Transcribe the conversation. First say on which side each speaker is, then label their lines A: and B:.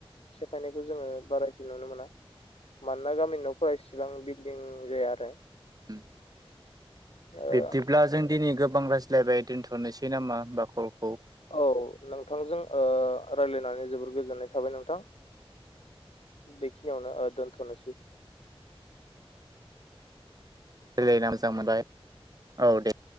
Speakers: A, on the left; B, on the right.
A: सेफायनायखौ जोंङो बारायसिन नुनो मोना मानोना गामि न'फोरा इसेबां बि दिं जाया आरो
B: <inaudible> उम
A: ओ
B: बिब्दिब्ला जों दिनै गो गोबां रायज्लायबाय दोनथनोसै नामा होमबा खल
A: औ नोंथांजों ओ रायज्लायनानै जोबोर गोजोननाय थाबाय नोंथां बेखिनियावनो दोन्थनोसै
B: रायलायना मोजां मोनबाय औ दे